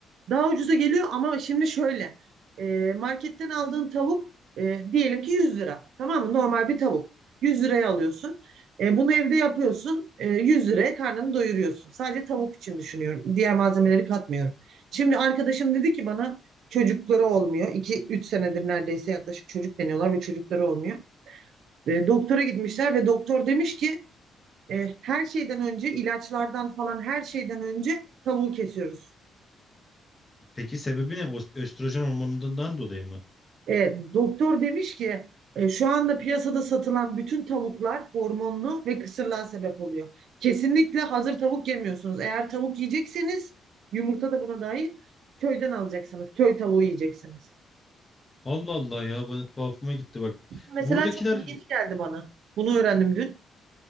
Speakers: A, on the right; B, on the left.
A: daha ucuza geliyor ama şimdi şöyle e, marketten aldığın tavuk e, diyelim ki 100 lira tamam mı? Normal bir tavuk 100 liraya alıyorsun. E, bunu evde yapıyorsun e, 100 liraya karnını doyuruyorsun. Sadece tavuk için düşünüyorum diğer malzemeleri katmıyorum. Şimdi arkadaşım dedi ki bana çocukları olmuyor. 2-3 senedir neredeyse yaklaşık çocuk deniyorlar ve çocukları olmuyor. E, doktora gitmişler ve doktor demiş ki e, her şeyden önce ilaçlardan falan her şeyden önce tavuğu kesiyoruz.
B: Peki sebebi ne? Os- Östrojen hormonundan dolayı mı?
A: E, doktor demiş ki e, şu anda piyasada satılan bütün tavuklar hormonlu ve kısırlığa sebep oluyor. Kesinlikle hazır tavuk yemiyorsunuz. Eğer tavuk yiyecekseniz yumurta da buna dahil köyden alacaksınız. Köy tavuğu yiyeceksiniz.
B: Allah Allah ya bana tuhafıma gitti bak.
A: Mesela
B: Buradakiler
A: çok ilginç geldi bana. Bunu öğrendim dün.